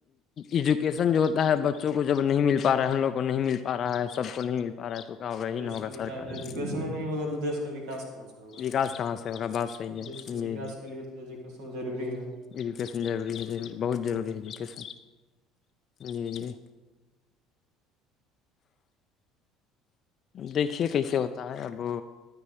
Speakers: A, on the left; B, on the right.
A: ایجوکیشن جو ہوتا ہے بچوں کو جب نہیں مل پا رہا ہے ہم لوگوں کو نہیں مل پا رہا ہے سب کو نہیں مل پا رہا ہے تو کہ وہی
B: دیش
A: نہ ہوگا
B: کا وکاس
A: سرکاری
B: ایجوکیشن نہیں ہوگا تو دیس کا وکاس کہاں سے ہوگا
A: وکاس کہاں سے ہوگا بات صحیح ہے
B: دی کا
A: جی
B: وکاس
A: جی
B: کے لیے تو پیسن ضروری ہے
A: ایجوکیشن ضروری ہے ضرور بہت
B: ہ
A: ضروری ہے ایجوکیشن جی جی دیکھیے کیسے ہوتا ہے اب وہ